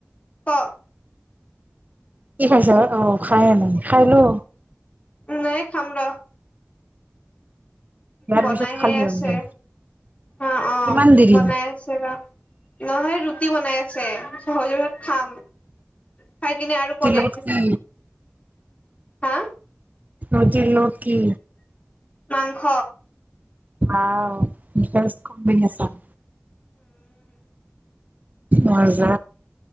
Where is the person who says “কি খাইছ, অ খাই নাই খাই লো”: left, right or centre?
Right